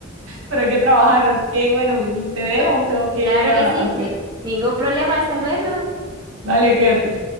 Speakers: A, on the right (about 70°); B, on the right (about 20°).
A: pero hay que trabajar, así que bueno, y te dejo, tengo que
B: Claro
A: ir a,
B: que sí,
A: a hacer.
B: ni- ningún problema, hasta luego.
A: Vale, cuídate.